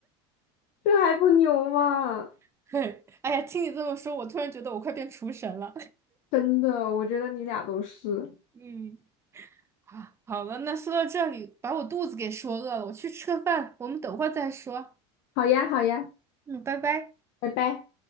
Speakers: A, on the left; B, on the right.
A: 这还不牛吗？
B: <laughs> 哎呀，听你这么说，我突然觉得我快变厨神了。
A: 真的，我觉得你俩都是。
B: <laughs> 嗯，啊，好了，那说到这里，把我肚子给说饿了，我去吃个饭，我们等会儿再说。
A: 好呀，好呀，
B: 嗯，拜拜。
A: 拜拜。